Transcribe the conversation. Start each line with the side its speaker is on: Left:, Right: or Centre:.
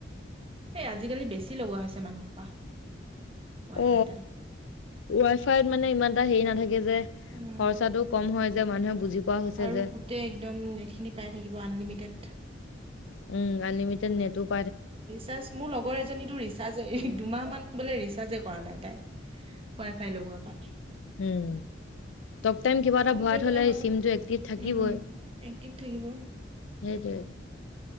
Right: এই আজিকালি বেছি লগোৱা হৈছে মানুহৰ সোপা
Left: অ
Right: ৱাই ফাইডাল।
Left: ৱাই ফাইত মানে ইমান এটা হেৰি নাথাকে। যে খৰচাটো
Right: উম
Left: কম হয় যে মানুহে বুজি পোৱা হৈছে
Right: আৰু
Left: যে।
Right: গোটেই একদম নেটখিনি পাই থাকিব আনলিমিটেড।
Left: উম আনলিমিতেত নেটৱৰ্কক।
Right: ৰিচাৰ্জ মোৰ লগৰ এজনীো ৰিচাৰ্জ দুমাহ মান বোলে ৰিচাৰ্জ। পৰা নাই তাই ৱাই ফাই লগোৱাৰ পা
Left: উম। টক টাইম কিবা এটা
Right: ফোন
Left: ভৰাই
Right: কৰিবলৈ
Left: থলে
Right: হ'ল
Left: চিমটো এক্টিভ থাকিবই
Right: উম এক্টিভ থাকিব
Left: সেইটোৱে।